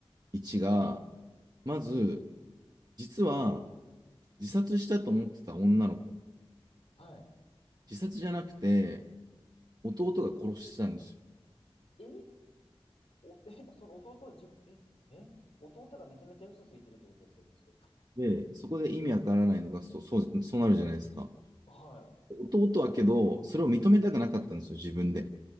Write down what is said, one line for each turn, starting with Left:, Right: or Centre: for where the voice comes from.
Right: 1が、
Left: え
Right: まず、実は、自殺したと思ってた女の子、
Left: はい。
Right: 自殺じゃなくて、弟が殺してたんですよ。
Left: えお、え、その弟は自分、え、え弟がめちゃめちゃ嘘ついてるってことですよね、それって。
Right: で、そこで意味わからないのが、そう、そう、そうなるじゃないですか。
Left: はい。
Right: 弟はけど、それを認めたくなかったんですよ、自分で。